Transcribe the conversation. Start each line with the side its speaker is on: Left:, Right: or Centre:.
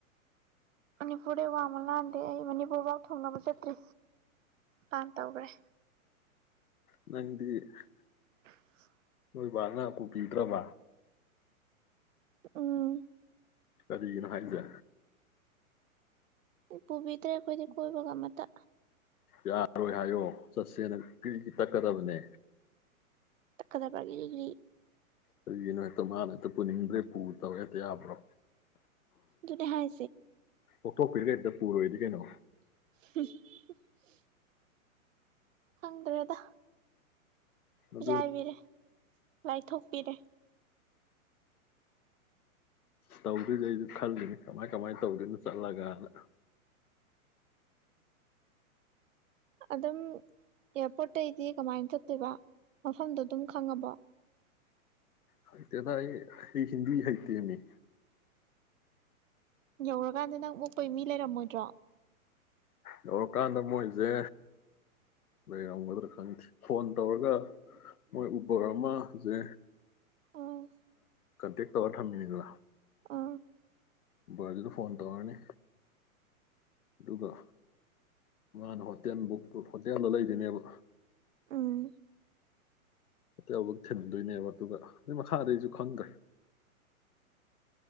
Right: ꯃꯅꯤꯄꯨꯔꯗꯩ ꯋꯥꯡꯃ ꯂꯥꯟꯗꯦ ꯑꯩ ꯃꯅꯤꯄꯨꯔꯐꯥꯎ ꯊꯣꯡꯅꯕ ꯆꯠꯇ꯭ꯔꯤ ꯂꯥꯟ ꯇꯧꯈ꯭ꯔꯦ꯫
Left: ꯅꯪꯗꯤ ꯫
Right: <inaudible>
Left: ꯍꯣꯏ ꯕꯥꯅ ꯫ ꯍꯩꯗꯔ꯭ꯕꯥꯠ꯫
Right: ꯎꯝ꯫
Left: ꯀꯔꯤꯒꯤꯅꯣ ꯍꯥꯏꯖꯦ꯫
Right: ꯄꯨꯕꯤꯗ꯭ꯔꯦ ꯑꯩꯈꯣꯏꯗꯤ ꯀꯣꯏꯕꯒ ꯑꯃꯇ꯫
Left: ꯌꯥꯔꯣꯏ ꯍꯥꯏꯌꯣ ꯆꯠꯁꯦꯅ ꯀ꯭ꯔꯤ-ꯀ꯭ꯔꯤ ꯇꯛꯀꯗꯕꯅꯦ꯫
Right: ꯇꯛꯀꯗ ꯄꯒꯦꯅꯤꯒ꯭ꯔꯤ <inaudible>
Left: ꯀꯩꯒꯤꯅꯣ ꯍꯦꯛꯇ ꯃꯥꯅ ꯍꯦꯛꯇ ꯄꯨꯅꯤꯡꯗ꯭ꯔꯦ ꯄꯨ ꯇꯧ ꯍꯦꯛꯇ ꯌꯥꯕ꯭ꯔꯣ꯫
Right: ꯑꯗꯨꯅꯦ ꯍꯥꯏ꯫
Left: ꯀꯣꯛꯊꯣꯛꯄꯤꯔꯒ ꯍꯦꯛꯇ ꯄꯨꯔꯣꯏꯗꯤ ꯀꯩꯅꯣ꯫
Right: ꯍꯨꯡ꯫ ꯈꯪꯗ꯭ꯔꯦꯗ꯫ ꯃꯤꯔꯥꯏꯕꯤꯔꯦ
Left: ꯑꯗꯨ
Right: ꯂꯥꯏꯊꯣꯛꯄꯤꯔꯦ꯫
Left: ꯇꯧꯗꯣꯏꯅꯤ ꯑꯩꯁꯨ ꯈꯜꯂꯤꯅꯤ ꯀꯃꯥꯏ - ꯀꯃꯥꯏꯅ ꯇꯧꯗꯣꯏꯅꯣ ꯆꯠꯂꯒꯅ꯫
Right: ꯑꯗꯨꯝ ꯑꯦꯌꯥꯔꯄꯣꯔꯠꯇꯩꯒꯤꯗꯤ ꯀꯃꯥꯏꯅ ꯆꯠꯇꯣꯏꯕ ꯃꯐꯝꯗꯣ ꯑꯗꯨꯝ ꯈꯪꯉꯕꯣ꯫
Left: ꯀꯪꯗꯦꯗ ꯑꯩ-ꯑꯩ ꯍꯤꯟꯗꯤ ꯍꯩꯇꯦꯃꯤ꯫
Right: ꯌꯧꯔꯀꯥꯟꯗ ꯅꯪ ꯑꯣꯛꯄꯩ ꯃꯤ ꯂꯩꯔꯝꯃꯣꯏꯗ꯭ꯔꯣ꯫
Left: ꯌꯧꯔꯀꯥꯟꯗ ꯃꯣꯏꯁꯦ ꯂꯩꯔꯝꯒꯗ꯭ꯔꯥ ꯈꯪꯗꯦ ꯐꯣꯟ ꯇꯧꯔꯒ ꯃꯣꯏ ꯎꯕꯔ ꯑꯃꯁꯁꯦ
Right: ꯑꯥ
Left: ꯀꯟꯇꯦꯛ ꯇꯧꯔ ꯊꯝꯃꯤꯅꯤꯗꯅ꯫
Right: ꯑ
Left: ꯎꯕꯔꯗꯨꯗ ꯐꯣꯟ ꯇꯧꯔꯅꯤ ꯑꯗꯨꯒ ꯃꯥꯅ ꯍꯣꯇꯦꯜ ꯕꯨꯛ ꯍꯣꯇꯦꯜꯗ ꯂꯩꯗꯣꯏꯅꯦꯕ꯫
Right: ꯎꯝ
Left: ꯑꯗꯩꯩ ꯑꯃꯨꯛ ꯊꯤꯟꯗꯣꯏꯅꯦꯕ ꯑꯗꯨꯒ ꯑꯗꯩꯩ ꯃꯈꯥꯗꯩ ꯑꯩꯁꯨ ꯈꯪꯗ꯭ꯔꯦ꯫